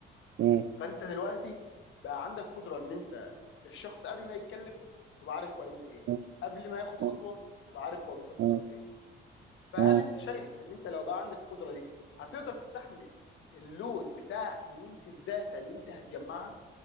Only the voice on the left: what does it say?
فانت دلوقتي بقى عندك قدره ان انت الشخص قبل ما يتكلم تبقى عارف هو هيقول ايه
قبل ما ياخد خطوه
تبقى عارف هو بيفكر
في ايه فهل
انت شايف ان انت لو بقى عندك القدره دي هتقدر تستحمل اللود بتاع كميه الداتا اللي انت هتجمعها